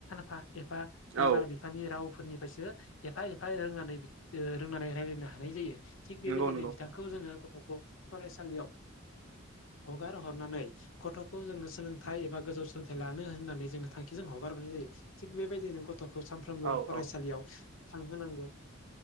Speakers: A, on the left (about 70°); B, on the right (about 75°).
A: फ एफा निमा
B: औ
A: बिफानि रावफोरनिफ्रायसो एफा एफा रोंनानै रोंनानै राय्लायनो हानाय जायो थिग बेबायदिनो
B: नंगौ नंगौ
A: बिथांखौ जोङो गथ'खौ फरायसालियाव हगार हरनानै गथ'खौ जोङो सोलोंथाइ एबा गोजौ सोलोंथाइ लानो होननानै जोङो थांखिजों हगार हरनाय जायो थिग बेबायदिनो गथ'खौ सानफ्रोमबो
B: औ
A: फरायसालियाव
B: औ
A: थांहोनांगोन